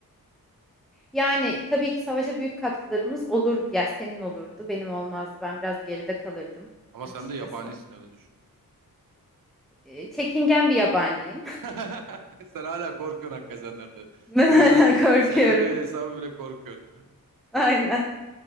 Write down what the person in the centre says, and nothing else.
Yani tabii ki savaşa büyük katkılarımız olurdu. Ya senin olurdu, benim olmazdı. Ben biraz geride kalırdım
açıkçası.
E, çekingen bir yabaniyim. <laughs>
Ben
hala korkuyorum.
<laughs> Aynen.